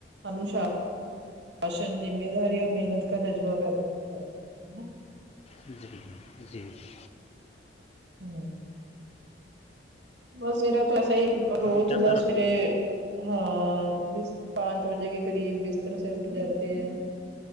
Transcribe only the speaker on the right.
انوشا راشن ذمہ داری اور محنت کا جذبہ پیدا کرتا ہے نا
ہوں بس سویرا تو ایسا ہی روز
بس
سویر ہاں پانچ بجے کے قریب بستر سے اٹھ جاتے ہیں